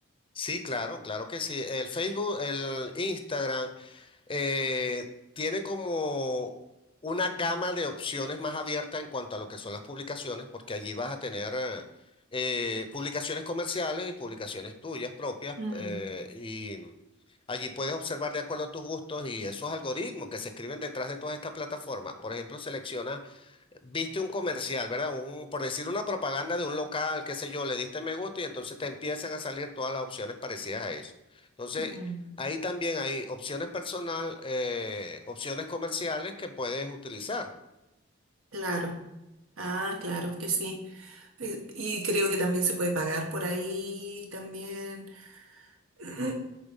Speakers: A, on the left; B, on the right.
A: Sí, claro, claro que sí. El Facebook, el Instagram, eh, tiene como una gama de opciones más abierta en cuanto a lo que son las publicaciones, porque allí vas a tener eh, eh, publicaciones comerciales y publicaciones tuyas propias,
B: ¿m?
A: eh, y allí puedes observar de acuerdo a tus gustos y esos algoritmos que se escriben detrás de todas estas plataformas. Por ejemplo, selecciona Viste un comercial, ¿verdad? Un, por decir una propaganda de un local, qué sé yo, le diste me gusta y entonces te empiezan a salir todas las opciones parecidas a eso. Entonces,
B: Mm, mm,
A: ahí también hay opciones personal, eh, opciones comerciales que puedes utilizar
B: claro. Ah, claro que sí. Y, y creo que también se puede pagar por ahí también. <clears throat>